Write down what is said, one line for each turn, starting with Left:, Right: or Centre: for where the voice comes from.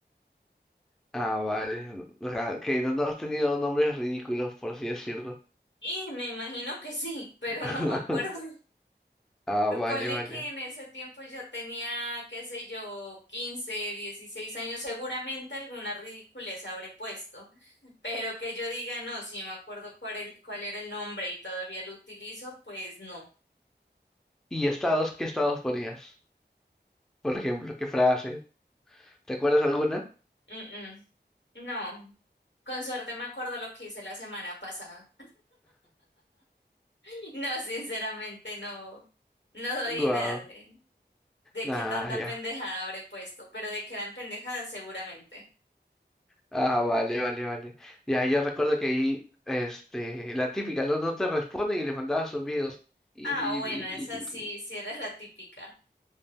Centre: Ah, vale. O sea, que no, no has tenido nombres ridículos, por así decirlo.
Left: Y me imagino que sí, <laughs> pero
Centre: <laughs>
Left: no me acuerdo. <laughs>
Centre: Ah,
Left: Me
Centre: vale,
Left: ponle
Centre: vale.
Left: que en ese tiempo yo tenía, qué sé yo, 15, 16 años, seguramente alguna ridiculez habré puesto. Pero que yo diga, no, si me acuerdo cuál, el- cuál era el nombre y todavía lo utilizo, pues no.
Centre: ¿Y estados? ¿Qué estados ponías? Por ejemplo, ¿qué frases? ¿Te acuerdas alguna?
Left: Mm, mm. No, con suerte me acuerdo lo que hice la semana pasada. <laughs> No, sinceramente no, no doy
Centre: Guau.
Left: idea de, de
Centre: Ah,
Left: qué tanta
Centre: ya.
Left: pendejada habré puesto, pero de que eran pendejadas seguramente.
Centre: Ah, vale, vale, vale. Ya, yo recuerdo que ahí, este, la típica, no, no te responden y les mandabas zumbidos. Y,
Left: Ah,
Centre: y-
Left: bueno,
Centre: y-
Left: esa
Centre: y-
Left: sí,
Centre: y-
Left: sí era la típica.